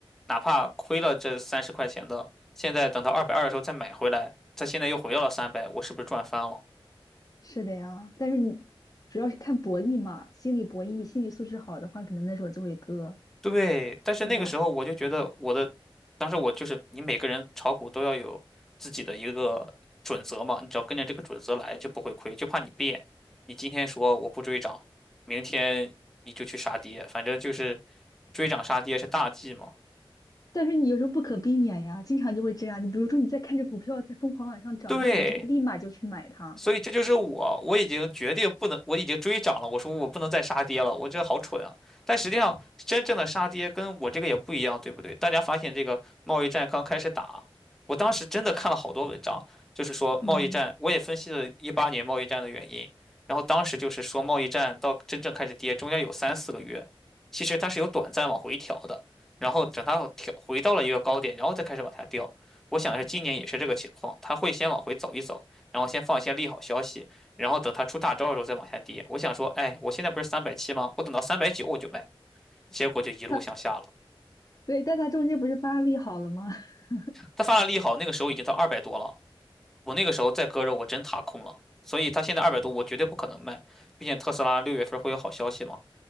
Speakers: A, in the centre; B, on the left.
A: 哪怕亏了这三十块钱的，现在等到二百二的时候再买回来，它现在又回到了三百，我是不是赚翻了？
B: 是的呀，但是你主要是看博弈嘛，心理博弈，你心理素质好的话，可能那时候就会割，
A: 对，但是那个时候我就觉得我的，
B: 对吧？
A: 当时我就是你每个人炒股都要有自己的一个准则嘛，你只要跟着这个准则来就不会亏，就怕你变。你今天说我不追涨，明天你就去杀跌，反正就是追涨杀跌是大忌嘛。
B: 但是你有时候不可避免呀，经常就会这样。你比如说你在看着股票在疯狂往上涨的时候，
A: 对，
B: 你就会立马就去买它，
A: 所以这就是我，我已经决定不能，我已经追涨了。我说我不能再杀跌了，我这好蠢啊！但实际上，真正的杀跌跟我这个也不一样，对不对？大家发现这个贸易战刚开始打，我当时真的看了好多文章，就是说贸易战，
B: 嗯，
A: 我也分析了一八年贸易战的原因。然后当时就是说贸易战到真正开始跌，中间有三四个月，其实它是有短暂往回调的，然后等它调回到了一个高点，然后再开始往下掉。我想是今年也是这个情况，它会先往回走一走。然后先放一些利好消息，然后等它出大招的时候再往下跌。我想说，哎，我现在不是三百七吗？我等到三百九我就卖，结果就一路向下了。
B: 它对，但它中间不是发力好了吗？<laughs>
A: 它发了利好，那个时候已经到二百多了，我那个时候再割肉，我真踏空了。所以他现在二百多，我绝对不可能卖，毕竟特斯拉六月份会有好消息嘛。